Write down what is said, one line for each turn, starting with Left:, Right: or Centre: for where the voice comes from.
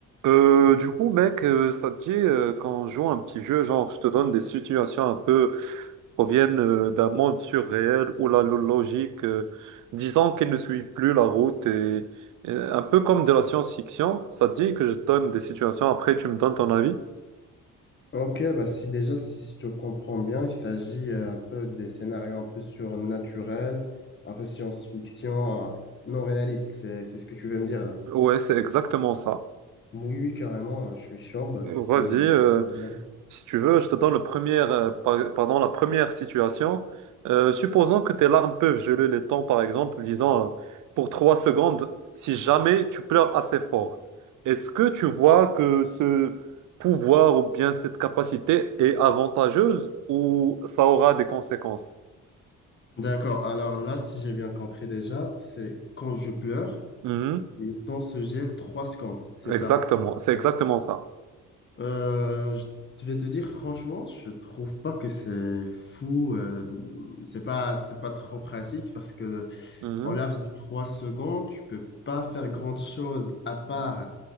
Right: Euh, du coup, mec, euh, ça te dit euh, qu'on joue un petit jeu, genre je te donne des situations un peu proviennent euh, d'un monde surréel où la lo- logique, euh, disons qu'elle ne suit plus la route et, et un peu comme de la science-fiction, ça te dit que je te donne des situations, après tu me donnes ton avis?
Left: Ok, bah si déjà, si je te comprends bien, il s'agit euh, un peu des scénarios un peu surnaturels, un peu science-fiction, euh, non réaliste, c'est c'est ce que tu veux me dire là.
Right: Ouais, c'est exactement ça.
Left: Oui, oui, carrément, euh, je suis chaud, bah,
Right: Vas-y,
Left: tu peux me
Right: euh,
Left: proposer. allez.
Right: Si tu veux, je te donne le premier, euh, par- pardon, la première situation. Euh, supposons que tes larmes peuvent geler les temps, par exemple, disons euh, pour trois secondes, si jamais tu pleures assez fort. Est-ce que tu vois que ce pouvoir ou bien cette capacité est avantageuse ou ça aura des conséquences?
Left: D'accord, alors là, si j'ai bien compris déjà, c'est quand je pleure,
Right: Mhm.
Left: le temps se gèle 3 secondes, c'est
Right: Exactement,
Left: ça.
Right: c'est exactement ça.
Left: Euh, je je vais te dire, franchement, je trouve pas que c'est fou, euh, c'est pas, c'est pas trop pratique parce que.
Right: Mhm.
Left: En laps de trois secondes, tu peux pas faire grande chose à part